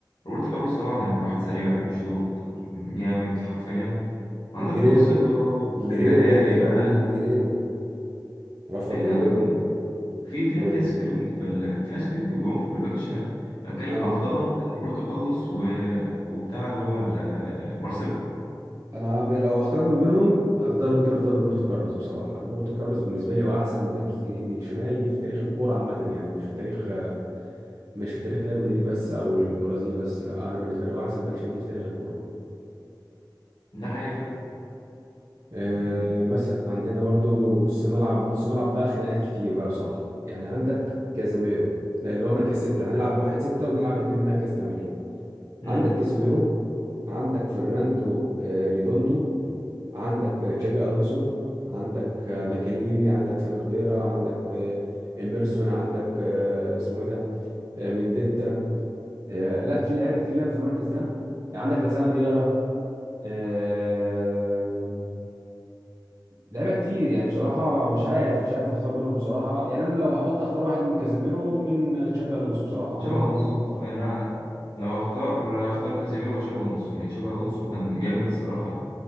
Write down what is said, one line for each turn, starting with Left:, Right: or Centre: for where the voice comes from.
Left: روبرتو كارلوس طبعا يعني واحد سريع بيشوط جامد حرفيا عندك
Right: وجيريرو
Left: مارسيلو اللي هو
Right: جيريرو
Left: المهاري
Right: لعب في
Left: بقى
Right: ريال مدريد جيريرو رافا
Left: اي
Right: جيريرو
Left: انا بتكلم في في
Right: و...
Left: في ناس كتير جم في ال... في ناس كتير جم في الباك الشمال أنا بتكلم
Right: اه
Left: افضلهم روبرتو كارلوس و... وبتاع اللي هو ال- مارسيلو
Right: انا ب... لو اختار من بينهم اختار ممكن اختار روبرتو كارلوس بصراحه روبرتو كارلوس بالنسبه لي هو احسن باك يمي- شمال جه في تاريخ الكوره عامه يعني مش في تاريخ مش في تاريخ ريال مدريد بس او البرازيل بس لا انا بالنسبه لي هو احسن باك شمال جه في تاريخ الكوره
Left: ده حقيقي فعلا
Right: أه
Left: لكن
Right: مثلا عندنا برضو نص الملعب نص الملعب بقى خناقات كتير بقى بصراحه يعني عندك كازاميرو ده اللي هو مركز ستة هنلعب واحد ستة ونلعب اتنين مركز تمانية
Left: امم
Right: عندك كازيميرو عندك فرناندو آه، ريدوندو عندك آه، تشابي الونسو عندك آه، ماكاليلي عندك سامي خضيرة عندك آه، ايميرسون عندك آه، اسمه إيه ده آه، منديتا آه، لا في لعيبه كتير لعبوا في المركز ده عندك لسانا ديارra آه، لعيبه كتير يعني بصراحه مش عارف مش عارف اختار منهم بصراحه يعني انا لو هحط اختار واحد من كازيميرو ومن تشابي الونسو بصراحه هما
Left: تشابي
Right: الاثنين
Left: الونسو انا لو اختار اختار كازيميرو وتشابي الونسو يعني تشابي الونسو كان جامد الصراحه